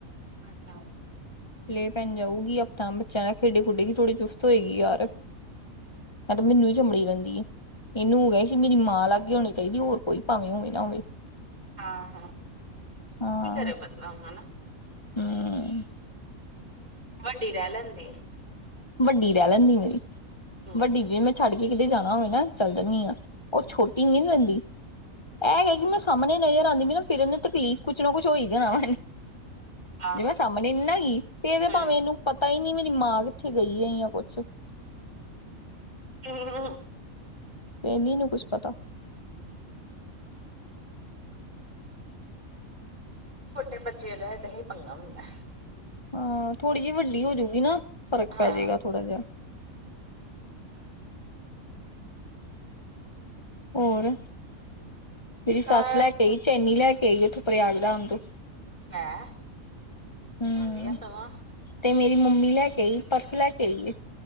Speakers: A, on the right (about 30°); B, on the left (about 25°).
A: ਅੱਛਾ।
B: ਪਲੇਅ ਪੈਨ ਜਾਊਗੀ ਹਫ਼ਤਾ ਬੱਚਿਆਂ ਦਾ ਖੇਡੇ ਖੇਡੇਗੀ ਥੋੜੀ ਚੁਸ ਹੋਏਗੀ ਯਾਰ
A: ਹੂੰ,
B: ਮੈਂ ਤੇ ਮੈਨੂੰ ਹੀ ਚਮੜੀ ਰਹਿੰਦੀ ਇਹਨੂੰ ਸੀ ਮੇਰੀ ਮਾਂ ਲਾਗੇ ਹੋਉਣੀ ਚਾਹੀਦੀ ਹੋਰ ਕੋਈ ਭਾਵੇਂ ਹੋਵੇ ਨਾ ਹੋਵੇ
A: ਆਹ ਹਾਂ
B: ਹਾਂ
A: ਕੀ ਕਰੇ ਬੰਦਾ ਹਨਾ
B: ਹਮ
A: ਵੱਡੀ ਰਹਿ ਲੈਂਦੀ ਆ
B: ਵੱਡੀ ਰਹਿ ਲੈਂਦੀ ਮੇਰੀ
A: ਹੂੰ।
B: ਵੱਡੀ ਜ ਮੈਂ ਛੱਡ ਵੀ ਕਿਤੇ ਜਾਣਾ ਹੋਵੇ ਨਾ ਚੱਲ ਜਾਨੀ ਆਾਂ ਉਹ ਛੋਟੀ ਨਹੀਂ ਰਹਿੰਦੀ ਇਹ ਹੈਗਾ
A: ਹੂੰ,
B: ਕਿ ਮੈਂ ਸਾਹਮਣੇ ਰਹਿ ਜਾਂਦੀ ਨਾ ਫਿਰਨ ਨੂੰ ਤਕਲੀਫ਼ ਕੁਛ ਨਾ ਕੁਛ ਹੋਈ ਜਾਣਾ ਵਾ
A: ਆਹੋ
B: ਜੇ ਮੈਂ ਸਾਹਮਣੇ ਨਹੀਂ ਨਾ ਹੈਗੀ ਫ਼ਿਰ ਤੇ
A: ਹੂੰ।
B: ਭਾਵੇਂ ਇਹਨੂੰ ਪਤਾ ਹੀ ਨੀ ਮੇਰੀ ਮਾਂ ਉੱਥੇ ਗਈ ਆ ਜਾਂ ਕੁਛ
A: ਹਮ ਹਮ
B: ਤੇ ਫੇਰ ਨੀ ਏਨੂੰ ਪਤਾ
A: ਛੋਟੇ ਬੱਚੇ ਰਹੇ ਦਾ ਹੀ ਪੰਗਾ ਹੁੰਦਾ।
B: ਹਾਂ ਥੋੜ੍ਹੀ ਜਿਹੀ ਵੱਡੀ ਹੋਜੂਗੀ ਨਾ ਫ਼ਰਕ
A: ਹਾਂ।
B: ਪੈ ਜਾਏਗਾ ਥੋੜਾ ਜਿਹਾ। ਹੋਰ? ਮੇਰੀ
A: ਬਸ
B: ਸੱਸ ਲੈ ਆਈ ਚੈਨੀ ਲੈ ਕੇ- ਦੇ ਗਏ ਥੇ ਪ੍ਰਿਆਗ ਦਾਮ ਤੋਂ।
A: ਹੈ
B: ਹੂੰ
A: ਵਧੀਆ ਸਮਾ।
B: ਤੇ ਮੇਰੀ ਮੰਮੀ ਲੈ ਕੇ ਆਈ, ਪਰਸ ਲੈ ਕੇ ਆਈ ਏ।